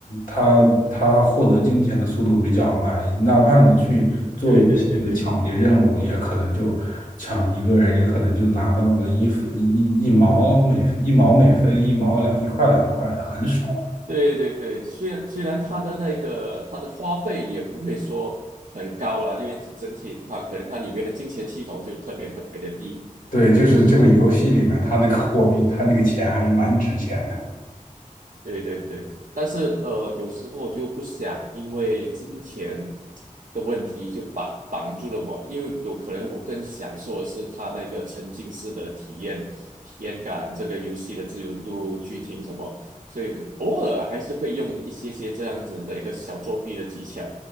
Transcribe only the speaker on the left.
他他获得金钱的速度比较慢，哪怕你去做一系列抢劫任务，
也可能就抢一个人，也可能就拿到个一分一一毛每一毛每分一毛两一块两块的，很少的。
对，就是这个游戏里面，他那个货币，他那个钱还是蛮值钱的。